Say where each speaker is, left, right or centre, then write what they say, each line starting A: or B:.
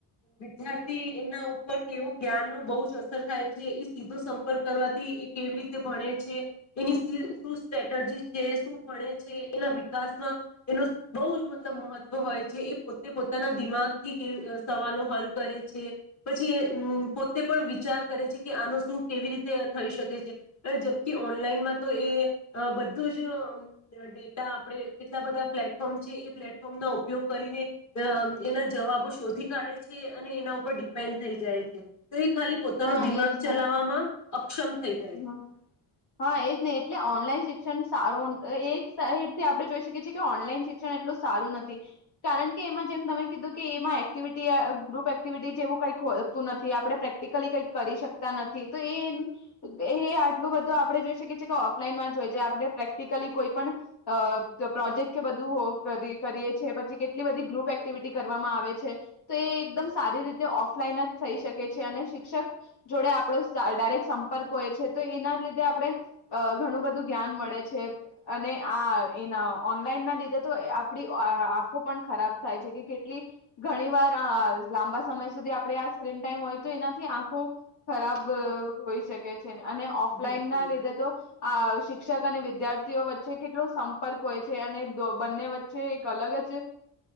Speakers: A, on the left; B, on the left.
A: વિદ્યાર્થી એના ઉપર કેવું જ્ઞાન નુ બહુ જ અસર થાય છે એ સીધો સંપર્ક કરવાથી એ કેવી રીતે ભણે છે એની શુ સ્ટ્રેટજી છે શું ભણે છે એના વિકાસમાં એનો બહુ જ મતલબ મહત્વ હોય છે એ પોતે પોતાના દિમાગથી કેવી સવાલો હલ કરે છે‌ પછી એ પોતે પણ વિચાર કરે છે કે આનો શું કેવી રીતે થઈ શકે છે જબ કે ઓનલાઈનમાં તો એ બધું જ ડેટા આપણે કેટલા બધા પ્લેટફોર્મ છે એ પ્લેટફોર્મ ના ઉપયોગ કરીને એના જવાબો શોધી કાઢે છે અને એના ઉપર ડિપેન્ડ થઈ જાય છે. તો એ ખાલી પોતાનો
B: હા
A: દિમાગ
B: એજ
A: ચલાવવામાં
B: ને
A: અક્ષમ થઈ જાય છે.
B: હ હા એજ નહ એટલે ઓનલાઈન શિક્ષણ સારો એક સાઈડ થી આપણે જો છે કે ઓનલાઇન શિક્ષણ એટલું સારું નથી કારણ કે એમાં જેમ તમે કીધું કે એમાં એક્ટિવિટી ગ્રુપ એક્ટિવિટી જેવું કઈક નથી આપણે પ્રેક્ટિકલી કઈ કરી શકતા નથી તો એ એ આટલું બધું આપડે જોઈ શકીએ છીએ કે ઓફલાઈન માં જે આપણે પ્રેક્ટિકલી કોઈ પણ, પ્રોજેક્ટ કે બધું કરીએ છીએ પછી કેટલી બધી ગ્રુપ એક્ટિવિટી કરવામાં આવે છે તો એ એકદમ સારી રીતે ઓફલાઈન જ થઈ શકે છે અને શિક્ષક જોડે આપડો ડાયરેક્ટ ક હોય છે તો એના લીધે આપણે ઘણું બધું જ્ઞાન મળે છે અને આ એના ઓનલાઈન ના લીધે તો આપણી આંખો પણ ખરાબ થાય છે કે કેટલી ઘણી વાર લાંબા સમય સુધી આપણે આ સ્ક્રીન ટાઈમ હોય તો એનાથી આંખો ખરાબ હોઈ શકે છે અને ઓફલાઈન
A: બિલકુલ
B: ના લીધે તો આ શિક્ષક અને વિદ્યાર્થીઓ વચ્ચે કેટલો સંપર્ક હોય છે અને બંને વચ્ચે એક અલગ જ